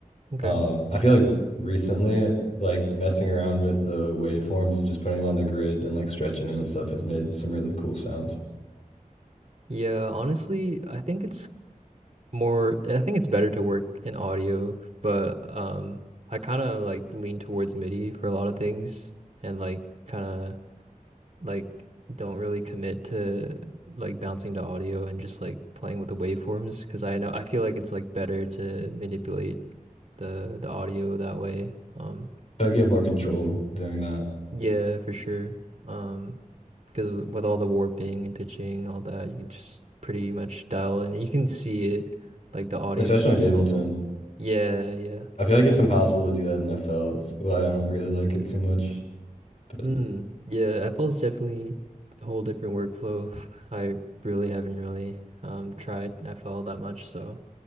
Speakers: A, on the right; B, on the left.
A: okay.
B: Um, I feel like recently, like messing around with the waveforms and just putting them on the grid and like stretching them and stuff has made some really cool sounds.
A: Yeah, honestly, I think it's more. I think it's better to work in audio, but um, I kind of like lean towards MIDI for a lot of things, and like kind of like don't really commit to like bouncing to audio and just like playing with the waveforms because I know I feel like it's like better to manipulate the the audio that way. Um,
B: I get more control doing that,
A: yeah, for sure. Um, because with all the warping and pitching and all that, you can just pretty much dial in. You can see it, like the audio.
B: especially in Ableton.
A: Like yeah, yeah.
B: I feel like it's impossible to do that in FL. It's well, I don't really like it too much. But
A: Mm, yeah, FL's definitely a whole different workflow. <laughs> I really haven't really um tried FL that much, so